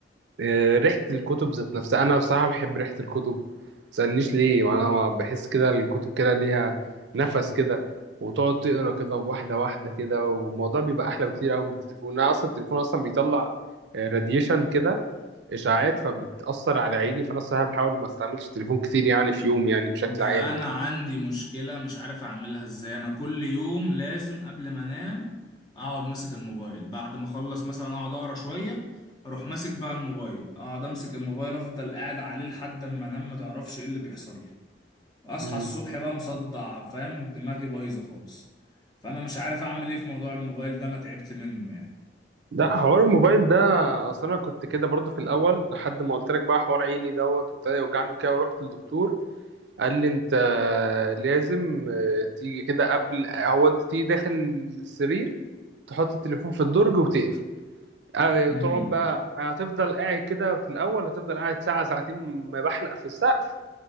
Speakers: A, on the right; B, on the left.
A: آه، ريحة الكتب ذات نفسها أنا بصراحة بحب ريحة الكتب متسألنيش ليه وأنا ما بحس كده الكتب كده ليها نفس كده وتقعد تقرا كده واحدة واحدة كده والموضوع بيبقى أحلى بكتير أوي من التليفون أنا أصلا التليفون أصلا بيطلع راديشن كده إشاعات فبتأثر على عيني فأنا الصراحة بحاول ما استعملش التليفون كتير يعني في يوم يعني بشكل
B: ده
A: عام
B: انا
A: يعني
B: عندي مشكله مش عارف اعملها ازاي انا كل يوم لازم قبل ما انام اقعد ماسك الموبايل بعد ما اخلص مثلا اقعد اقرا شويه اروح ماسك بقى الموبايل اقعد امسك الموبايل افضل قاعد عليه لحد اما انام ما تعرفش ايه اللي بيحصل لي اصحى
A: مم.
B: الصبح بقى مصدع فاهم دماغي بايظه خالص فانا مش عارف اعمل ايه في موضوع الموبايل ده انا تعبت منه يعني
A: ده حوار الموبايل ده اصل انا كنت كده برضه في الاول لحد ما قلت لك بقى حوار عيني دوت وابتدى يوجعني وكده ورحت للدكتور قال لي انت لازم آه، تيجي كده قبل هو انت تيجي داخل السرير تحط التليفون في الدرج وتقفل آه،
B: امم
A: وتقعد بقى هتفضل قاعد كده في الاول هتفضل قاعد ساعه ساعتين ما بحلق في السقف